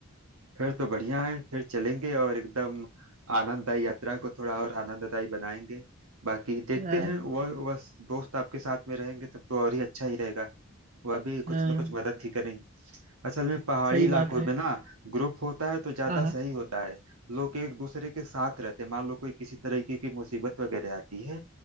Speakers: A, on the right; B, on the right.
A: फिर तो बढ़िया है फिर चलेंगे और एकदम आनंददायी यात्रा को थोड़ा और आनंददायी बनाएंगे बाकी देखते
B: हाँ
A: हैं वह वह दोस्त आपके साथ में रहेंगे तब तो और ही अच्छा ही रहेगा वह भी
B: हाँ
A: कुछ ना कुछ मदद ही करेंगे असल में पहाड़ी
B: सही
A: इलाकों
B: बात है
A: में ना ग्रुप होता है तो ज्यादा
B: हाँ हाँ
A: सही होता है लोग एक दूसरे के साथ रहते हैं मान लो कोई किसी तरीके की मुसीबत वगैरह आती है